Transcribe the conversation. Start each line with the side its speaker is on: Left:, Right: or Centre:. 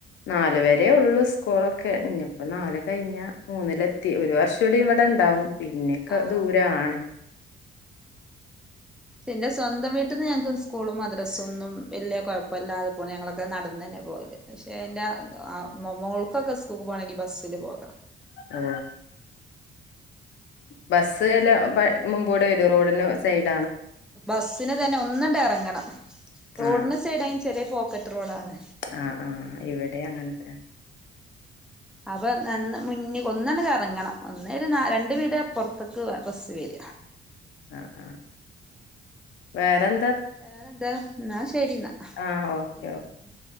Left: നാല് വരേ ഉള്ളു സ്കൂളൊക്കെ ഇനിയിപ്പോ നാല് കഴിഞ്ഞ മൂന്നില ത്തി ഒരു വർഷം കൂടി ഇവിടെ ഇണ്ടാവും പിന്നെയക്കെ
Centre: ആഹ്
Left: ദൂരാണ്
Centre: പിന്നെ സ്വന്തം വീട്ട്ന്ന് ഞങ്ങക്ക് സ്കൂളും മദ്രസും ഒന്നും വലിയ കുഴപ്പമില്ലാതെ പോണ് ഞങ്ങളൊക്കെ നടന്ന തന്നെ പോകല് പക്ഷെ ന്റെ മൊ മ്മോൾക്കൊക്കെസ് കൂക് പോണെങ്കിൽ ബസ്സില് പോക
Left: ഓ ബസ്സ് എല്ലാം പ മുമ്പോടെ വരും റോഡിനും സൈഡ
Centre: ബസ്സിന് തന്നെ ഒന്നണ്ട ഇറങ്ങണം റോഡിന്
Left: ആ
Centre: സൈഡ ചെറിയ പോക്കറ്റ് റോഡാണ്
Left: ആ ആ ഇവിടെ അങ്ങനെത്തന്നെ
Centre: അപ്പൊ നന്ന മുന്നി ഒന്നണങ്ങ ഇറങ്ങണം ഒന്നേ ഒരു രണ്ട വീട് പ്പൊറത്തക്ക് ബസ് വര
Left: ആ ആ വേറെ
Centre: വേറെ എന്താ എന്നാ ശരി ന്നാ
Left: ആ
Centre: ഒക്കെന്നാ
Left: ഓക്കെ ഓക്കെ